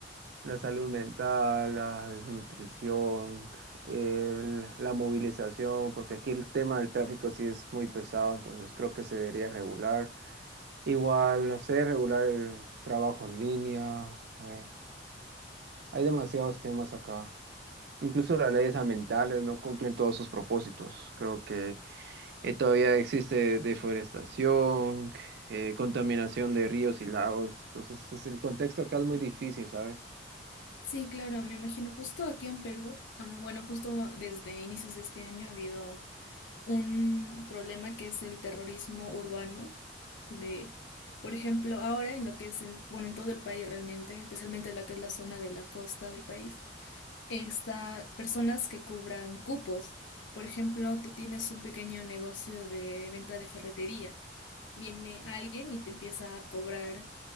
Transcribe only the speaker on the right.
la salud mental, la desnutrición, el- la movilización, porque aquí el tema del tráfico sí es muy pesado, entonces creo que se debería regular. Igual, no sé, regular el trabajo en línea. eh, hay demasiados temas acá. Incluso las leyes ambientales no cumplen todos sus propósitos. Creo que eh, todavía existe deforestación, eh, contaminación de ríos y lagos. Entonces, es- el contexto acá es muy difícil, ¿sabes?